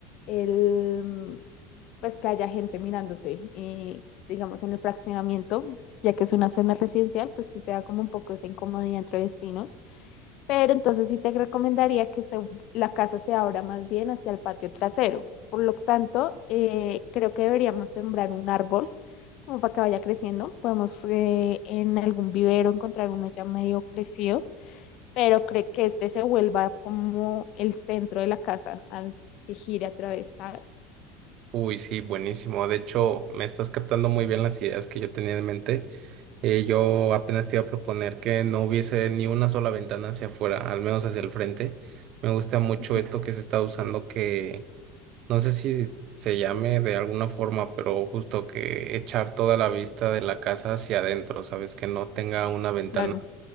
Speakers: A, on the left; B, on the right.
A: el, mm, pues que haya gente mirándote. eh, digamos, en el fraccionamiento, ya que es una zona residencial, pues sí se da como un poco esa incomodidad entre vecinos. Pero entonces sí te recomendaría que se- la casa se abra más bien hacia el patio trasero. Por lo tanto, eh, creo que deberíamos sembrar un árbol como para que vaya creciendo. Podemos eh, en algún vivero encontrar uno ya medio crecido, pero creo que este se vuelva como el centro de la casa al que gire a través, ¿sabes?
B: Uy, sí, buenísimo. De hecho, me estás captando muy bien las ideas que yo tenía en mente. Eh, yo apenas te iba a proponer que no hubiese ni una sola ventana hacia afuera, al menos hacia el frente. Me gusta mucho
A: Ujú,
B: esto que se está usando, que no sé si se llame de alguna forma, pero justo que echar toda la vista de la casa hacia adentro, ¿sabes? Que no tenga una ventana
A: Claro.